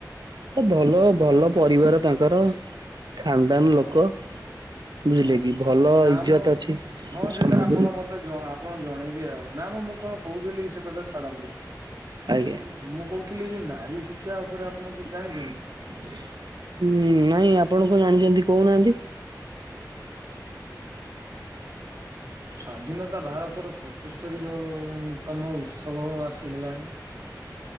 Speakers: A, on the right (about 80°); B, on the right (about 55°).
A: ତ ଭଲ ଭଲ ପରିବାର ତାଙ୍କର ଖାନଦାନ
B: ହଁ
A: ଲୋକ। ବୁଝିଲେ
B: ହଁ
A: କି ଭଲ
B: ନା
A: ଇଜ୍ଜତ
B: ମୁଁ
A: ଅଛି
B: ହଁ
A: ସମାଜରେ
B: ସେଟା ଆପଣ ମତେ ଜ କଣ ଜଣେଇବି ଆଉ ନା ବା ମୁଁ କଣ କହୁଥିଲି ସେ କଥା ଛାଡନ୍ତୁ
A: ଆଜ୍ଞା।
B: ଆଉ ମୁଁ କହୁି ଥିଲି ଯୋଉ ନାରୀ ଶିକ୍ଷା ଉପରେ ଆପଣ କିଛି ଜାଣିଛନ୍ତି?
A: ହଁ ନାଇଁ ଆପଣ କଣ ଜାଣିଛନ୍ତି କହୁ ନାହାନ୍ତି?
B: ସ୍ଵାଧୀନତା ଭାରତର ପଞ୍ଚସ୍ତରୀ ତମ ଉତ୍ସବ ଖସି ହେଲାଣି